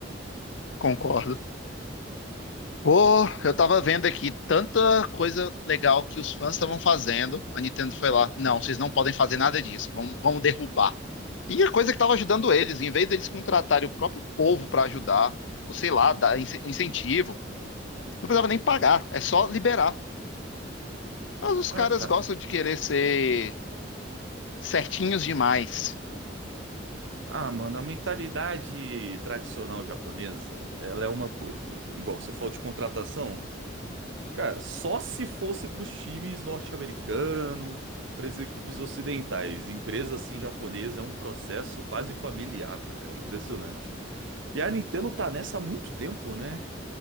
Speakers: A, on the left; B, on the right.
A: concordo. Pô, eu tava vendo aqui tanta coisa legal que os fãs estavam fazendo. A Nintendo foi lá. Não, vocês não podem fazer nada disso. Vamos, vamos derrubar. E a coisa que tava ajudando eles, em vez deles contratarem o próprio povo pra ajudar, ou sei lá, dar ince- incentivo, não precisava nem pagar, é só liberar. Mas os caras
B: Ah, cara.
A: gostam de querer ser certinhos demais.
B: Ah, mano, a mentalidade tradicional japonesa, ela é uma coisa. Igual, você falou de contratação, cara, só se fosse pros times norte-americanos, pras equipes ocidentais. Empresa assim japonesa é um processo quase familiar, cara, é impressionante. E a Nintendo tá nessa há muito tempo, né?